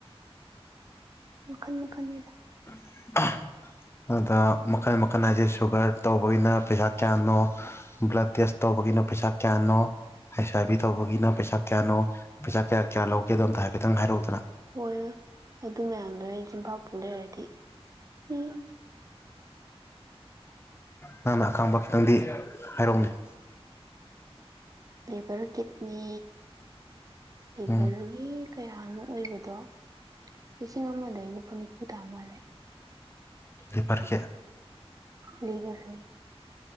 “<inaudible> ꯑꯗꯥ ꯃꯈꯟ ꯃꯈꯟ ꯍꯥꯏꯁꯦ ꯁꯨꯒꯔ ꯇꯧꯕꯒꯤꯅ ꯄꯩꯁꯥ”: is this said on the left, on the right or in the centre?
Left